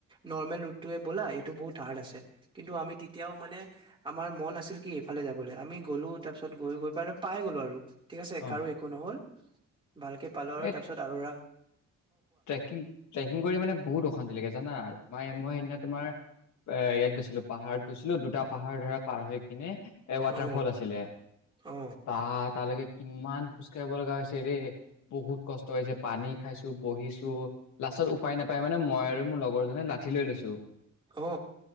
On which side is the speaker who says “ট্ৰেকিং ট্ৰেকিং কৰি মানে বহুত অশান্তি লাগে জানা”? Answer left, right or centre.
Left